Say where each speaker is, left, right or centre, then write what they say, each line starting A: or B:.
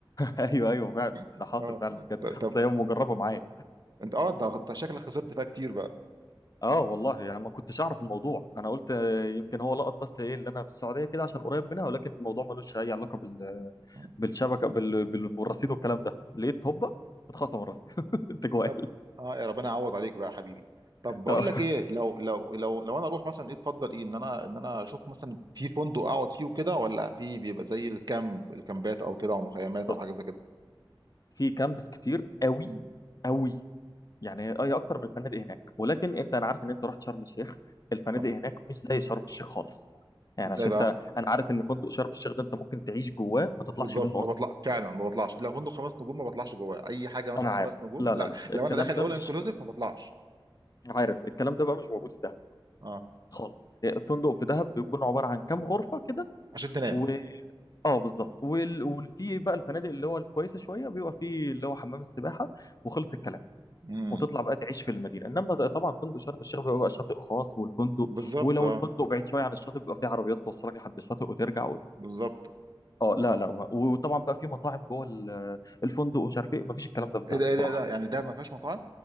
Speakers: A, on the left (about 45°); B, on the right (about 50°).
A: ايوه ايوه فعلا
B: <laughs>
A: ده حاصل
B: اه
A: فعلا بجد
B: طب طب
A: اصل هي مجربه معايا
B: انت اه انت أنت شكلك خسرت فيها كتير بقى
A: اه والله يعني ما كنتش اعرف الموضوع انا قلت آه، يمكن هو لقط بس ايه اللي انا في السعوديه كده عشان قريب منها ولكن الموضوع ملوش اي علاقه بال
B: مم.
A: بالشبكه بال... بال... بالرصيد والكلام ده لقيت هوبا اتخصم الرصيد <laughs> انت جوال
B: طب اه يا ربنا يعوض عليك بقى يا حبيبي طب بقول
A: آه.
B: لك ايه لو لو لو لو انا اروح مثلا ايه تفضل ايه ان انا ان انا اشوف مثلا في فندق اقعد فيه وكده ولا في بيبقى زي الكامب الكامبات او كده او مخيمات
A: بص
B: او حاجه زي كده
A: في كامبس كتير قوي
B: مم.
A: قوي يعني اي اكتر من الفنادق هناك ولكن انت انا عارف ان انت رحت شرم الشيخ الفنادق
B: اه
A: هناك مش زي شرم الشيخ خالص يعني
B: ازاي
A: عشان
B: بقى
A: انت انا عارف ان فندق شرم الشيخ ده انت ممكن تعيش جواه ما تطلعش
B: بالظبط
A: منه
B: ما
A: اصلا
B: بطلع فعلا ما بطلعش لو فندق خمس نجوم ما بطلعش جواه اي حاجه مثلا
A: انا عارف
B: خمس نجوم
A: لا
B: لا
A: لا لا الكلام
B: لو انا داخل
A: ده
B: اول
A: مش
B: انكلوسيف ما بطلعش
A: عارف الكلام ده بقى مش موجود في دهب
B: اه
A: خالص الفندق في دهب بيكون عباره عن كام غرفه كده
B: عشان تنام
A: و اه بالظبط وال... وفي بقى الفنادق اللي هو الكويسه شويه بيبقى فيه اللي هو حمام السباحه وخلص الكلام
B: امم
A: وتطلع بقى تعيش في المدينه انما ده طبعا فندق شرم الشيخ بيبقى بقى شاطئ خاص والفندق
B: بالظبط
A: ولو
B: اه
A: الفندق بعيد شويه عن الشاطئ بيبقى فيه عربيات توصلك لحد الشاطئ وترجع و...
B: بالظبط
A: اه
B: اه
A: لا لا وطبعا بقى في مطاعم جوه ال- الفندق ومش عارف ايه مفيش الكلام ده في
B: ايه
A: دهب
B: ده ايه
A: بصراحه
B: ده إيه ده يعني ده ما فيهاش مطاعم